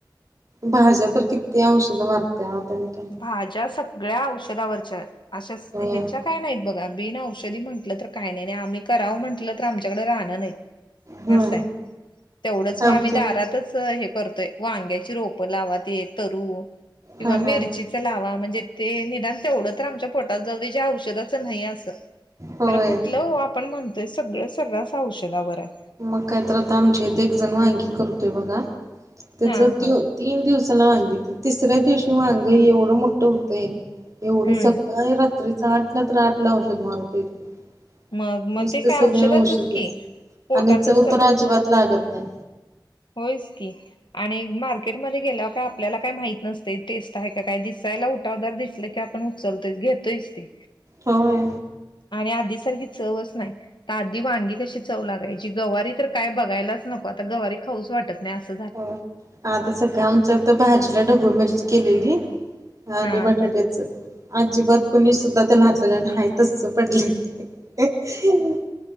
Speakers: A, on the right (about 45°); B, on the left (about 75°).
A: भाज्या तर किती औषधं मरात्यात आणि काय.
B: भाज्या सगळ्या औषधावरच्या, अशा
A: होय.
B: हेच्या काय नाहीत बघा बिन औषधी म्हण म्हटल तर काही नाही आणि आम्ही करावं म्हटलं तर आमच्याकडे रान नाहीत.
A: होय
B: असं हाय, तेवढंच मग
A: आमच्या
B: आम्ही दारातच करतोय, वांग्याची रोप लावा ते तरु किंवा
A: हा
B: मिर
A: हा
B: चीच लावा म्हणजे ते निधान तेवढं तर आमच्यात पोटात जाऊदे जे औषधच नाही अस,
A: होय.
B: खर कुठलं ओ आपण म्हण तोय सगळं सर्रास औषधावर आहे.
A: मग काय तर आता आमच्या इथे एक जण वांगी करतोय बघा तेच
B: हा
A: तो
B: हा
A: तीन दिवस ला वांगित तिसऱ्या दिवशी वांग एवढं मोठं होतंय एवढी
B: हम्म
A: सकाळी रात्रीच आठला तर आठला औषध मरतोय तो
B: मग मग
A: नसत
B: ते काय
A: सगळ
B: औषधाचच
A: औषधच.
B: की पोटातच
A: आणि चव तर अजिबात लागत नाही.
B: होय च की. आणि मार्केटमध्ये गेल्यावर आपल्याला काय माहित नसते टेस्ट आहे का काय दिसायला उठाव दार दिसल की आपण उचलतोय घेतोयच ते.
A: होय.
B: आणि आधी सारखी चवच न्हाय तर आधी वांगी कशी चव लागायची गवारी तर काय बघायलाच नको आता गवारी खाऊ च वाटत नाही अस
A: हो आता सकाळी आमच्यात भाजीला ढबू मिरच केलेली. आणि
B: हा
A: बटाट्याच
B: हा.
A: अजिबात कुणी सुद्धा त्याला हात कारण हाय तस पडलय ते